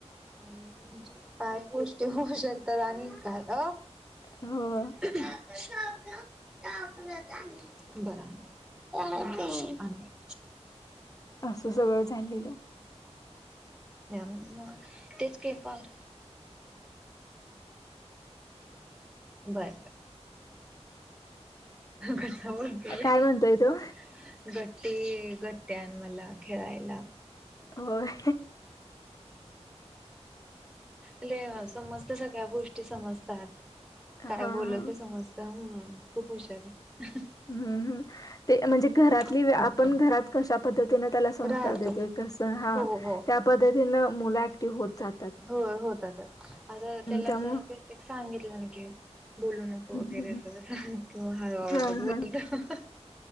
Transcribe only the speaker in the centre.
नाही म्हणजे काय गोष्टी होऊ शकतात आणि काय अ
ह. <unintelligible> बर आणुया.
मग तेच के पाल बर बर. कसा बोलतोय
बघ
की ग ते घट्ट्या आण मला खेळायला.
ले अ समजत सगळ्या गोष्टी समजतात.
काय
बोलल ते समजत ह खूप हुशार आहे.
आहे
राहतो
हो हो
हो होतातच असं त्याला
अस बेसिक सांगितलं न की बोलू नको
वगैरे
अस सांग किंवा हळु आवाजात
बोलतो.